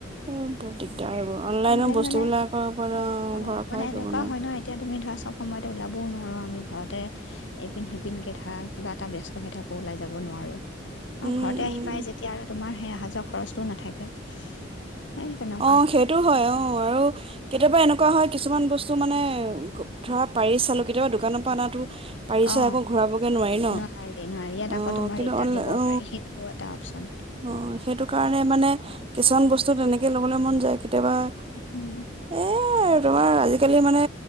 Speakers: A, on the right (about 30°); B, on the left (about 70°).
A: এই বৰ দিগদাৰ হ'ব অনলাইনৰ
B: অনলাইন
A: বস্তুবিলাকৰ
B: মানে
A: ওপৰত
B: অ
A: ভৰসাই
B: মানে এনেকুৱা
A: কৰিব নোৱাৰি
B: হয় ন এতিয়া তুমি ধৰা চব সময়তে ওলাবও নোৱাৰোঁ আমি ঘৰতে এইপিন সিপিন তে ধৰা কিবা এটা ব্যস্ত হৈ থাকোঁ ওলাই যাব নোৱাৰোঁ অ
A: উম
B: ঘৰতে আহি
A: উম
B: পাই যেতিয়া আৰু তোমাৰ সেই অহা যোৱা খৰচটোও নাথাকে সেই তেনেকুৱা
A: অ সেইটো হয় অ আৰু কেতিয়াবা এনেকু নেকুৱা হয় কিছুমান বস্তু মানে ধৰা পাৰি চালো কেতিয়াবা দোকানৰ পৰা অনাটো পাৰিছে
B: অ
A: আকৌ ঘুৰাবগে নোৱাৰি ন
B: নোৱাৰি নোৱাৰি ইয়াত
A: অ
B: আকৌ তোমাৰ
A: কিন্তু
B: ৰিটাৰ্ণ
A: অনল
B: দিব
A: অ
B: পাৰি সেইটোও এটা অপচন
A: অ সেইটো কাৰণে মানে কিছুমান বস্তু তেনে যাবলৈ মন যায় কেতিয়াবা এ
B: উম
A: আৰু তোমাৰ আজি কালি মানে